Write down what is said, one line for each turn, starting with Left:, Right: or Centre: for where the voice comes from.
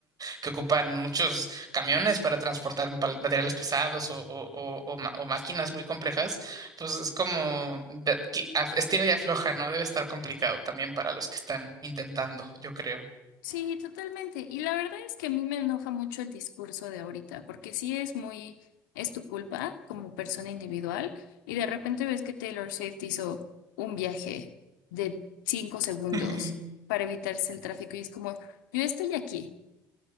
Right: que ocupan muchos camiones para transportar pal- materiales pesados o, o- o- o ma- o máquinas muy complejas, pues es como de- que af- estira y afloja, ¿no? Debe estar complicado también para los que están intentando, yo creo.
Left: Sí, totalmente. Y la verdad es que a mí me enoja mucho el discurso de ahorita, porque sí es muy, es tu culpa como persona individual, y de repente ves que Taylor Swift hizo un viaje de cinco segundos
Right: <laughs>
Left: para evitarse el tráfico, y es como, yo estoy aquí